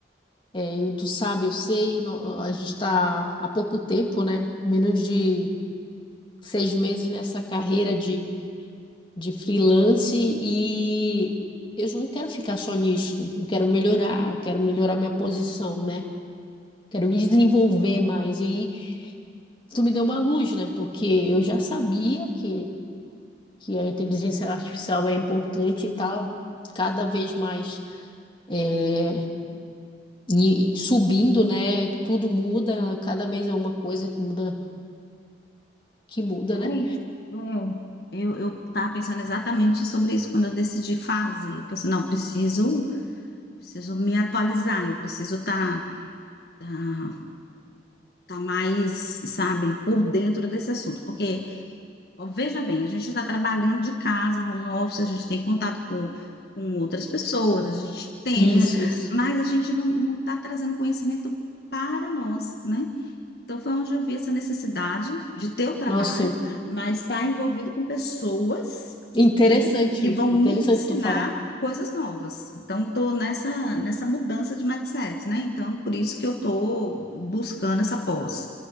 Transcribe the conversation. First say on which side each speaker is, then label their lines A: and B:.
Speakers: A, on the left; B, on the left.
A: É, e tu sabe, eu sei, no- a gente tá há pouco tempo, né? Menos de seis meses nessa carreira de de freelance e eu não quero ficar só nisso, eu quero melhorar, eu quero melhorar minha posição, né? Quero me desenvolver mais. E aí, tu me deu uma luz, né? Porque eu já sabia que, que a inteligência artificial é importante e tá cada vez mais é, e subindo, né? Tudo muda, cada mês é uma coisa que muda, que muda,
B: Ai,
A: né?
B: é. Eu, eu tava pensando exatamente sobre isso quando eu decidi fazer. Eu pensei, não, preciso, preciso me atualizar, eu preciso estar tá, tá, tá mais, sabe, por dentro desse assunto, porque Ó, Veja bem, a gente está trabalhando de casa, home office, a gente tem contato com, com outras pessoas, a gente entende,
A: Isso,
B: né?
A: isso.
B: Mas a gente não não está trazendo conhecimento para nós, né? Então foi onde eu vi essa necessidade de ter o trabalho,
A: Nossa,
B: mas estar envolvido com pessoas,
A: interessante,
B: né? Que vão
A: interessante
B: me ensinar
A: tu falar.
B: coisas novas. Então estou nessa nessa mudança de mindset, né? Então por isso que eu estou buscando essa pós